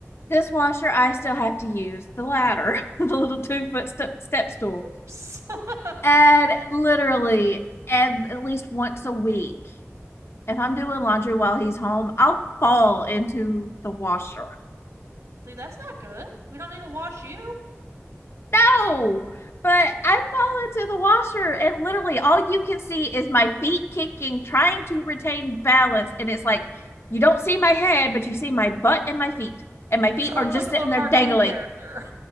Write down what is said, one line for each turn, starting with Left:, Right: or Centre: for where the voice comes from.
Left: This washer, I still have to use the ladder, <laughs> the little two foot step, step stool.
Right: <laughs> Oops. <laughs>
Left: And literally, ev- at least once a week, if I'm doing laundry while he's home, I'll fall into the washer.
Right: See, that's not good. We don't need to wash you.
Left: No, but I fall into the washer, and literally all you can see is my feet kicking, trying to retain balance. And it's like you don't see my head, but you see my butt and my feet, and my feet
Right: So
Left: are
Right: it's
Left: just
Right: like a
Left: sitting
Right: little
Left: there
Right: cartoon
Left: dangling.
Right: character.